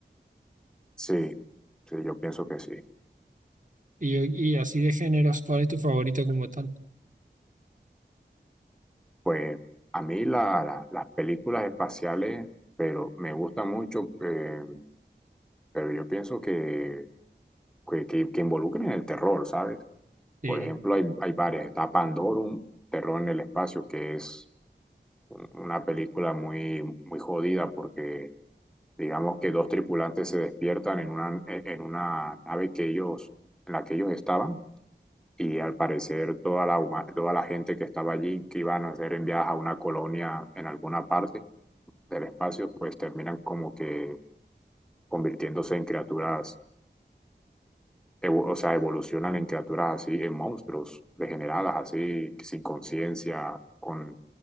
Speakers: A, in the centre; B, on the right.
A: sí, sí, yo pienso que sí.
B: Y, y así de géneros, ¿cuál es tu favorito como tal?
A: Pues a mí la- la- las películas espaciales, pero me gustan mucho, eh, pero yo pienso que, que, que- que involucren el terror, ¿sabes?
B: Sí,
A: Por ejemplo, hay, hay varias. Está Pandorum, Terror en el Espacio, que es un- una película muy, muy jodida porque digamos que dos tripulantes se despiertan en una, en en una nave que ellos, en la que ellos estaban. Y al parecer toda la, huma- toda la gente que estaba allí, que iban a ser enviadas a una colonia en alguna parte, del espacio, pues terminan como que convirtiéndose en criaturas, evo- o sea, evolucionan en criaturas así, en monstruos degeneradas, así, sin conciencia, con,